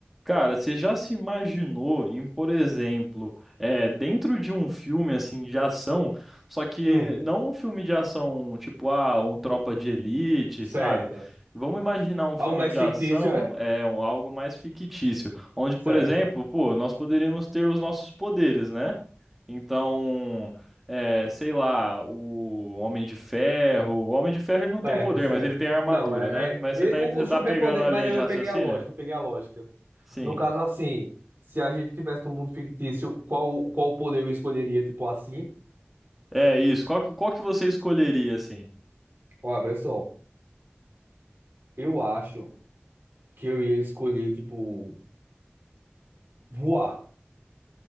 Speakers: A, in the centre; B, on the right.
A: Cara, você já se imaginou em, por exemplo, é, dentro de um filme assim de ação, só que
B: Hum,
A: não um filme de ação tipo, ah, um Tropa de Elite,
B: certo.
A: sabe? Vamos imaginar um
B: Algo
A: filme
B: mais
A: de
B: fictício,
A: ação,
B: é?
A: é um, algo mais fictício, onde, por
B: Certo,
A: exemplo, pô, nós poderíamos ter os nossos poderes, né? Então, é, sei lá, o Homem de Ferro, o Homem de Ferro ele não
B: certo,
A: tem poder,
B: certo.
A: mas ele tem armadura,
B: Não, é,
A: né? Mas
B: é- ele-
A: você tá,
B: o,
A: você
B: o superpoder.
A: tá pegando a
B: Mas
A: linha
B: eu
A: de raciocínio?
B: peguei a lógica, eu peguei a lógica.
A: Sim.
B: No caso, assim, se a gente tivesse um mundo fictício, qual, qual poder eu escolheria, tipo assim?
A: É isso. Qual que, qual que você escolheria, assim?
B: Olha, pessoal, eu acho que eu ia escolher, tipo, voar.